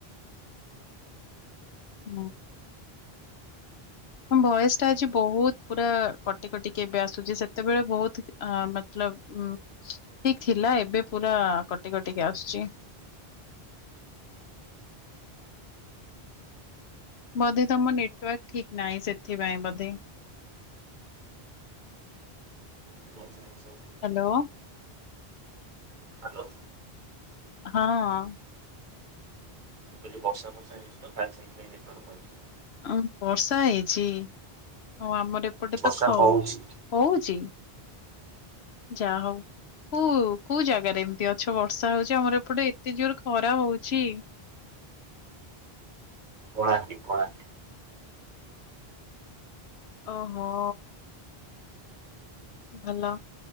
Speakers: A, on the left; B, on the right.
A: ହୁଁ। ହଁ ଭୟସ ଟା ଆଜି ବହୁତ ପୁରା କଟି କଟିକି ଏବେ ଆସୁଛି ସେତେବେଳେ ବହୁତ ମତଲବ ଉ ଠିକ ଥିଲା ଏବେ ପୁରା କଟି କଟିକି ଆସୁଛି। ବୋଧେ ତମ ନେଟୱାର୍କ ଠିକ ନାହିଁ ସେଥିପାଇଁ ବୋଧେ।
B: <unintelligible>
A: ହ୍ୟାଲୋ।
B: ହ୍ୟାଲୋ।
A: ହା ହଁ।
B: ଯ ବର୍ଷା ବର୍ଷା ହେଇଛି ତ କା ସେଇଥିପାଇଁ ନେଟୱାର୍କ ପଳଉଛି।
A: ଆ ବର୍ଷା ହେଇଛି ଓ ଆମର ଏପଟେ
B: ବର୍ଷା
A: ତ ଖ
B: ହଉଛି
A: ହଉଛି ଯାହା ହଉ। କୁ କୋଉ ଜାଗାରେ ଏମିତି ଅଛ ବର୍ଷା ହଉଛି ଆମର ଏପଟେ ଏତେ ଜୋରେ ଖରା ହଉଛି?
B: କଳାହାଣ୍ଡି।
A: ଓହୋ। ଭଲ